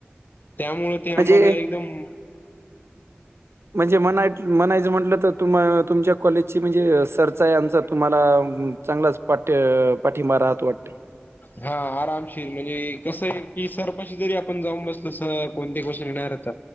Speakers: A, on the left; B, on the right.
A: त्यामुळं ते आम्हाला
B: म्हणजे
A: एकदम
B: म्हणजे म्ह म्हणायचं म्हटलं तर तुम कॉलेजची म्हणजे सरचा आहे आमचा तुम्हाला चांगलाच पाठ्य पाठिंबा राहत वाटते
A: हा आरामशील म्हणजे, कसं आहे की सरपाशी जरी आपण जाऊन बसलं स कोणती गोष्ट नाही येणार तर